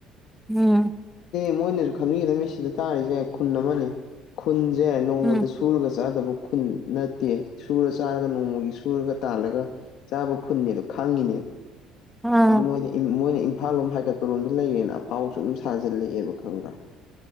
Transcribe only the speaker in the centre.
ꯎꯝ
ꯎꯝ
ꯑꯥ